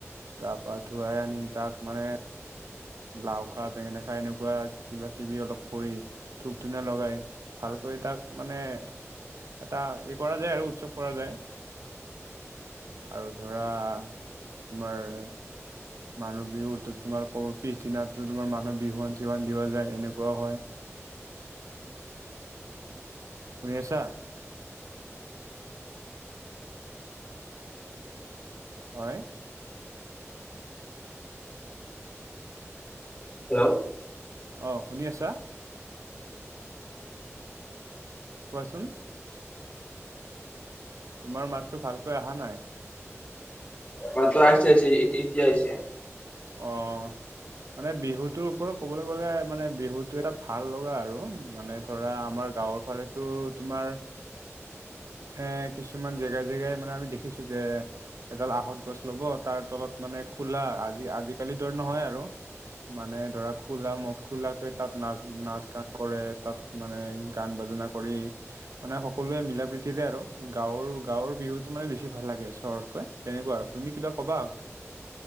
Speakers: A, on the right; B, on the left.
A: গা পা ধুৱাই আনি তাক মানে লাও খা বেঙেনা খা এনেকুৱা কিবা কিবি অলপ কৰি। ধূপ ধুনা লগাই ভালকৈ
B: হয়
A: তাক মানে এটা ই কৰা যায় আৰু, উৎসৱ কৰা যায়। আৰু ধৰা তোমাৰ মানুহ বিহুৰটো তোমাৰ ক'ব পিছদিনাটো তোমাৰ মানুহ বিহুৱান চিহুৱান দিয়া যায় এনেকুৱা হয়। শুনি আছা। হয়।
B: হেল্ল
A: অ, শুনি আছা? কোৱাচোন? তোমাৰ মাততো ভালকৈ অহা নাই?
B: মাতটো আহিছে আহিছে এতিয়া আহিছে।
A: অ। মানে বিহুতৰ ওপৰত ক'বলৈ গ'লে মানে বিহুটো এটা ভাল লগা আৰু মানে ধৰা আমাৰ গাঁৱৰ ফালেতো তোমাৰ এ কিছুমান জেগা জেগাই মানে আমি দেখিছো যে এডাল আহত গছ ল'ব, তাৰ তলত মানে খোলা আজি আজিকালি ধৰ নহয় আৰু। মানে ধৰা খোলা মুখ খোলা কৈ তাত নাচ নাচ গান কৰে তাত মানে গান বাজনা কৰি মানে সকলোৱে মিলা প্ৰীতিৰে আৰু, গাঁৱৰ গাঁৱৰ বিহুতটো মানে বেছি ভাল লাগে চহৰতকৈ। তেনেকুৱা আৰু তুমি কিবা ক'বা?